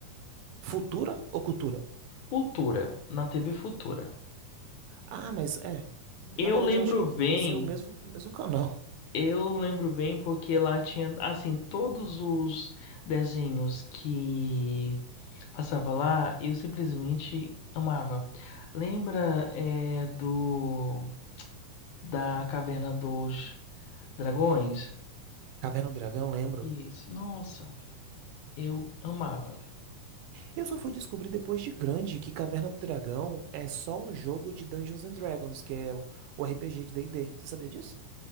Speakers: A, on the right; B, on the left.
A: Futura ou Cultura?
B: Futura, na TV Futura.
A: Ah, mas é. Na
B: Eu
A: verdade,
B: lembro
A: eu acho que aqui
B: bem,
A: ia ser o mesmo, o mesmo canal.
B: eu lembro bem porque lá tinha, assim, todos os desenhos que passava lá, eu simplesmente amava. Lembra, é, do, da Caverna dos Dragões?
A: Caverna do Dragão, lembro.
B: Isso, nossa. Eu amava.
A: Eu só fui descobrir depois de grande que Caverna do Dragão é só um jogo de Dungeons and Dragons, que é o, o RPG de D&D. Você sabia disso?